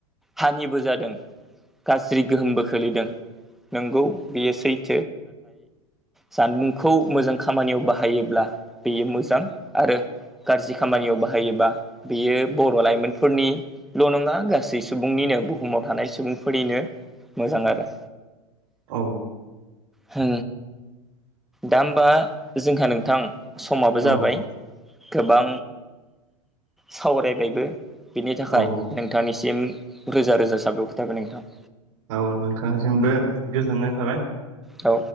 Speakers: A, in the centre; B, on the right (about 70°).
A: हानिबो जादों। गाज्रि गोहोमबो खोलैदों नोंगौ बेयो सै जानबुंखौ मोजां खामानियाव बाहायोब्ला बेयो मोजां आरो गारजि खामानियाव बाहायोबा बेयो बर' लाइमोनफोरनिल' नङा गासै सुबुंनि नो बुहुमाव थानाय सुबुंफोरनिनो मोजां आरो।
B: औ
A: हो दा होमबा जोंहा नोंथां समाबो
B: औ
A: जाबाय गोबां सावरायबायबो। बेनि थाखाय
B: औ औ
A: नोंथांनिसिम रोजा रोजा साबायखर थाबाय नोंथां।
B: औ नोंथांसिमबो गोजोननाय थाबाय।
A: औ